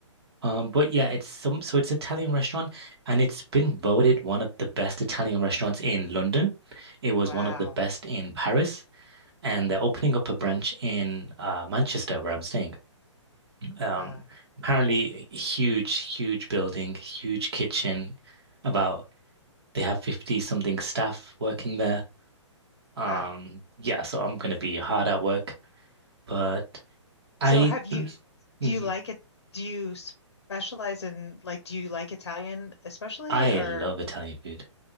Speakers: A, on the right; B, on the left.
A: Um, but yeah, it's some so it's an Italian restaurant and it's been voted one of the best Italian restaurants in London. It was
B: Wow.
A: one of the best in Paris. and they're opening up a branch in uh, Manchester, where I'm staying. Um,
B: Uh,
A: apparently, huge, huge building, huge kitchen. About they have 50 something staff working there. Um,
B: wow.
A: yeah, so I'm gonna be hard at work, but I
B: So, have you?
A: <clears throat> Mhm.
B: Do you like it? Do you specialize in like? Do you like Italian especially?
A: I
B: Or
A: love Italian food.